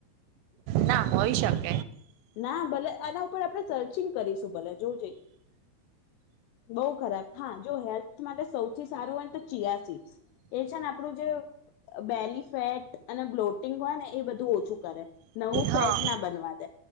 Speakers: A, on the right; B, on the left.
A: ના હોય શકે.
B: ના ભલે આના ઉપર આપણે સર્ચિંગ કરીશું ભલે જોજે. બઉ ખરાબ હા જો હેલ્થ માટે સૌથી સારું હોય ને તો ચિયાસીડ્ એ છે ને આપણું જે બેલી ફેટ અને બ્લોટિંગ હોય ને એ બધું ઓછું કરે. નવું
A: હા
B: ફેટ ના બનવા દે.